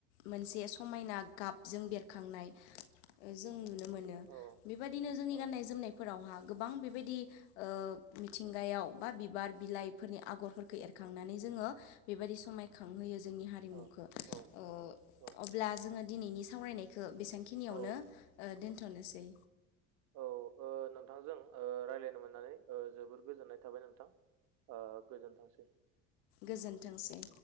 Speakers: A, on the left; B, on the right.
A: मोनसे समायना गाबजों बेरखांनाय जों नुनो मोनो
B: औ
A: बेबायदिनो जोंनि
B: औ
A: गाननाय जोमनायफोरावहा गोबां बेबायदि ओ मिथिंगायाव बा बिबार बिलाइफोरनि आगरफोर एरखांनानै जोङो बेबायदि समायखांहोयो जोंनि हारिमुखौ
B: औ औ
A: ओ
B: औ
A: अब्ला दा जोङो दिनैनि सावरायनायखौ बेसेबांखिनियावनो
B: औ
A: दोनथ'नोसै
B: औ ओ नोंथांजों ओ रायलायनो मोननानै जोबोर गोजोननाय थाबाय नोंथां। ओ गोजोन थोंसै।
A: गोजोन्थोंसै।